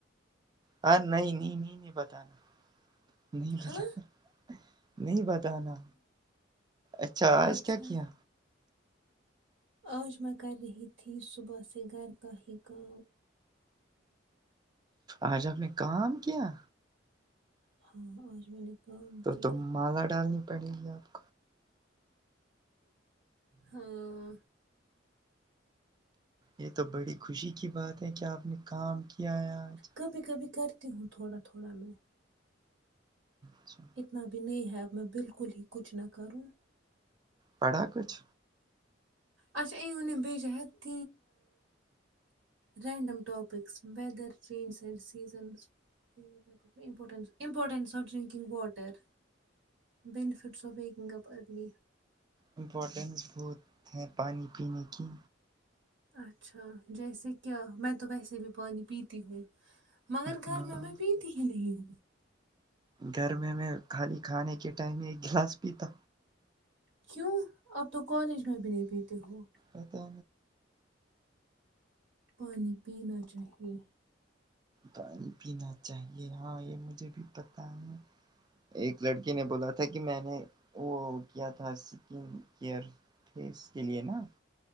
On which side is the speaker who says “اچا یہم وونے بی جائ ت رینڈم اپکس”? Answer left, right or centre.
Right